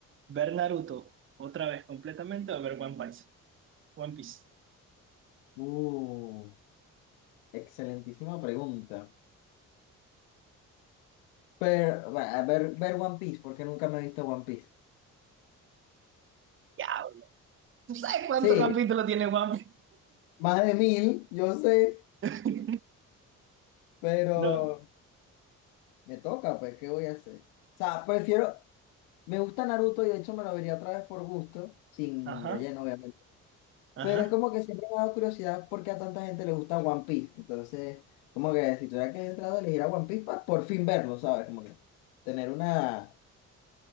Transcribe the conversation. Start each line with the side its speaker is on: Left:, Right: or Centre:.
Right: ¿Ver Naruto otra vez completamente o ver One Piece? One Piece.
Left: Uh, excelentísima pregunta. Pero, bueno, a ver, ver One Piece, porque nunca me he visto One Piece.
Right: Diablo. ¿Tú sabes cuánto
Left: Sí,
Right: capítulo tiene One
Left: más de mil, yo sé,
Right: Piece?
Left: pero...
Right: No,
Left: Me toca, pues, ¿qué voy a hacer? O sea, prefiero, me gusta Naruto y de hecho me lo vería otra vez por gusto, sin
Right: ajá,
Left: relleno, obviamente.
Right: ajá.
Left: Pero es como que siempre me ha dado curiosidad porque a tanta gente le gusta One Piece. Entonces, como que si tuviera que entrar a elegir a One Piece para por fin verlo, ¿sabes? Como que tener una,